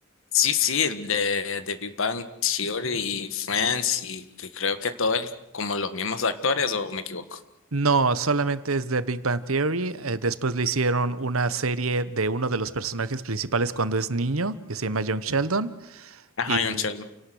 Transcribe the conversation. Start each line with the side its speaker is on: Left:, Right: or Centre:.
Left: Sí, sí, el de, de Big Bang Theory y Friends y que creo que todo es como los mismos actores o me equivoco.
Right: No, solamente es de Big Bang Theory. eh, después le hicieron una serie de uno de los personajes principales cuando es niño, que se llama Young Sheldon,
Left: Ajá,
Right: y,
Left: John Sheldon.